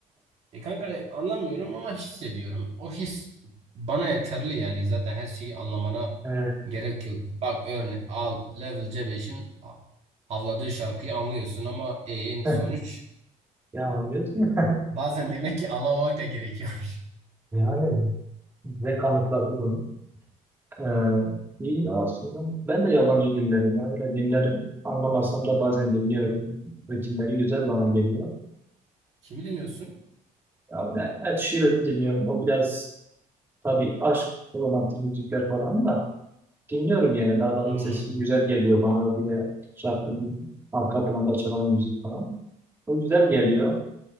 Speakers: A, on the right (about 50°); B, on the right (about 15°).
A: E kanka anlamıyorum ama hissediyorum. O his bana yeterli yani. Zaten her şeyi anlamana
B: He.
A: gerek yok. Bak örne al Level C5'in a- avladığı şarkıyı anlıyorsun ama en
B: <laughs>
A: sonuç
B: Ya anlıyorsun.
A: Bazen demek ki anlamamak da gerekiyormuş.
B: Yani ve kanıtladı bunu. Ee, iyi ya aslında. Ben de yabancı dinlerim. Yani öyle dinlerim. Anlamasam da bazen dinliyorum. Ritimleri güzel bana geliyor.
A: <laughs> Kimi dinliyorsun?
B: Ya ben Ed Sheeran'ı dinliyorum. O biraz tabii aşk, romantik müzikler falan da dinliyorum yani. Daha adamın
A: Hmm.
B: sesi güzel geliyor bana. Bir de şarkının arka planda çalan müzik falan. O güzel geliyor.